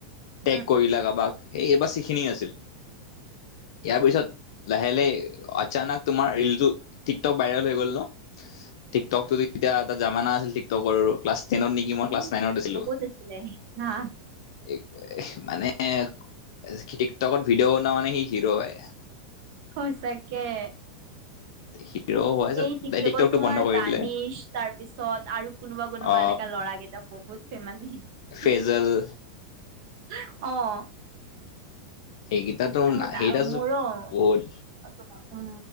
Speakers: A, on the left; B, on the right.
A: টেগ
B: উ
A: কৰিলা কাবাক, এই বাচ সিখিনিয়ে আছিল। ইয়াৰ পিছত। লাহে লাহে আচানক তোমাৰ ৰিলটো টিকটক বাইৰেল হৈ গল ন! টিকটকো এতিয়া এটা জামানা আছিল টিকটকৰো ক্লাছ টেনত নিকি মই
B: উম
A: ক্লাছ নাইনত আছিলো,
B: বহুত আছিলে হা
A: এ মানে এ খিটিকটকত ভিডিঅ' বনোৱা মানে সি হিৰ' এ।
B: কয়ছাকে।
A: হিৰ' হয়
B: এই টিকটকত
A: টিকটকটো
B: তোমাৰ
A: বন্ধ কৰি
B: দানিছ
A: দিলে
B: তাৰ পিছত আৰু কোনোবা কোনোবা।
A: অ
B: এনেকা ল'ৰাগেইটা বহুত ফেমাজি উমহো
A: ফেজল
B: অঁ।
A: সেইকেইটাতো
B: ত
A: না
B: দা
A: সেইকেইটা
B: মোৰ উম
A: বহুত